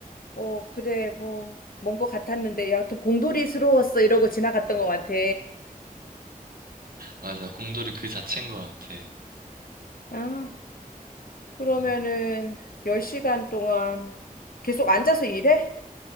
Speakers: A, on the left (about 80°); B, on the right (about 80°).
A: 뭐, 그래, 뭐, 뭔 것 같았는데, 여하튼 공돌이스러웠어. 이러고 지나갔던 것 같아.
B: 맞아. 곰돌이 그 자체인 것 같아.
A: 아, 그러면은
B: 음.
A: 10시간 동안 계속 앉아서 일해?